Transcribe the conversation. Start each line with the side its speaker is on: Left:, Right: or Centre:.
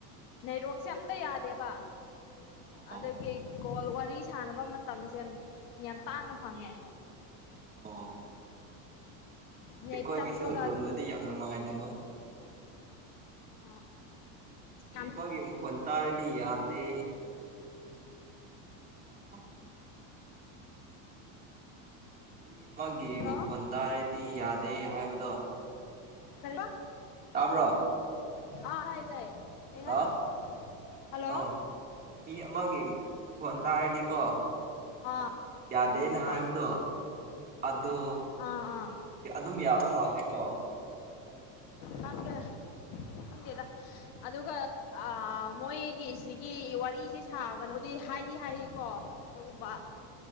Left: ꯅꯦꯠꯋꯥꯛꯁꯦ ꯑꯝꯇ ꯌꯥꯗꯦꯕ
Right: ꯑꯣ
Left: ꯑ ꯀꯦ ꯒꯣꯜ ꯋꯥꯔꯤ ꯁꯥꯟꯅꯕ ꯃꯇꯝꯁꯦ ꯌꯥꯝ ꯌꯥꯝ ꯇꯥꯡꯅ ꯐꯪꯉꯦ
Right: ꯑꯣ
Left: ꯅꯦꯠ
Right: ꯑꯩꯈꯣꯏꯒꯤꯁꯨ
Left: ꯆꯞꯄꯒ
Right: ꯔꯣꯝꯗꯗꯤ
Left: ꯑꯗꯨꯝ
Right: ꯌꯥꯝ ꯅꯨꯡꯉꯥꯏꯇꯕ
Left: ꯑ <inaudible>
Right: ꯃꯤ
Left: ꯍꯅ
Right: ꯑꯃꯒꯤ ꯃꯈꯣꯟ ꯇꯥꯔꯗꯤ ꯌꯥꯗꯦ ꯑꯣ ꯃꯤ ꯃꯥꯒꯤ
Left: ꯍꯜꯂꯣ
Right: ꯃꯈꯈ ꯑꯟꯇ ꯔꯦꯗꯤ ꯌꯥꯗ ꯑꯦ ꯍꯥꯏꯕꯗꯣ
Left: ꯀꯔꯤꯌꯥ
Right: ꯇꯥꯕ꯭ꯔꯣ
Left: ꯑꯔꯥꯏꯗꯦ
Right: ꯍꯜꯂꯣ
Left: ꯉ ꯍꯜꯂꯣ
Right: ꯑꯣ ꯃꯤ ꯃꯥꯒꯤ ꯃꯈꯣꯟ ꯇꯥꯔꯗꯤꯀꯣ
Left: ꯑꯥ
Right: ꯌꯥꯗꯦꯅ ꯍꯥꯏꯕꯗꯣ
Left: ꯑꯥ
Right: ꯑꯗꯨ
Left: ꯑꯥ ꯑꯥ
Right: ꯑꯗꯣ ꯑꯗꯨꯝ ꯌꯥꯕ ꯃꯥꯜꯂꯦ ꯑ
Left: ꯈꯪꯒꯦ ꯈꯪꯒꯦꯗ ꯑꯗꯨꯒ ꯃꯣꯏꯒꯤ ꯁꯤꯒꯤ ꯋꯥꯔꯤꯁꯦ ꯁꯥꯒꯅꯨꯗꯤ ꯍꯥꯏꯗꯤ ꯍꯥꯏꯌꯦꯀꯣ ꯑꯗꯨꯒꯨꯝꯕ